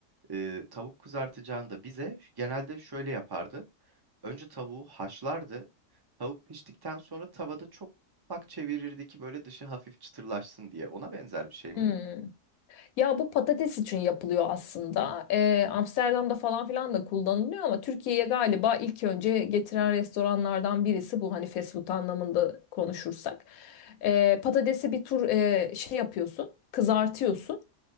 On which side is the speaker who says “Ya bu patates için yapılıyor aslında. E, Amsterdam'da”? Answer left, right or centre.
Left